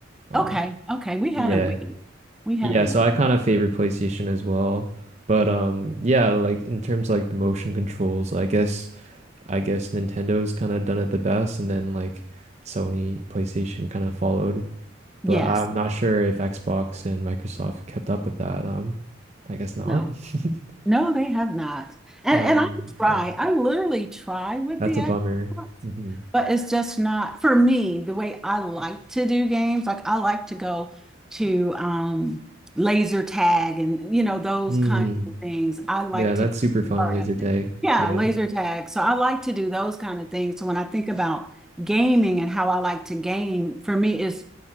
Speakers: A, on the right; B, in the centre.
A: um
B: Okay. Okay. We
A: yeah
B: had a week. We had
A: yeah,
B: a
A: so
B: week.
A: I kind of favor PlayStation as well. But um yeah, like in terms of like the motion controls, I guess. I guess Nintendo's kind of done it the best, and then like Sony, PlayStation kind of followed. But
B: Yes.
A: I'm not sure if Xbox and Microsoft kept up with that. Um, I guess not.
B: No.
A: <laughs>
B: No, they have not. And
A: Um,
B: and I try,
A: okay,
B: I literally try with
A: that's
B: the
A: a
B: Xbox,
A: bummer. hmm
B: but it's just not for me the way I like to do games. Like I like to go to um laser tag and you know those
A: Mm.
B: kinds of things. I like
A: Yeah, that's
B: to
A: super
B: be
A: fun,
B: part
A: laser
B: of
A: tag.
B: it. Yeah,
A: Yeah.
B: laser tag. So I like to do those kind of things. So when I think about gaming and how I like to game, for me is